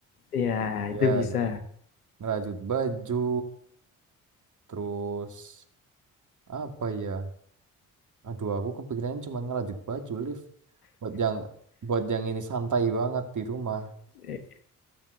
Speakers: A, on the left; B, on the right.
A: iya
B: ya
A: itu bisa.
B: nger- ngerajut baju, terus apa ya? Aduh, aku kepikirannya cuma ngerajut baju lift. Buat yang buat yang ini santai banget di rumah.
A: Eee,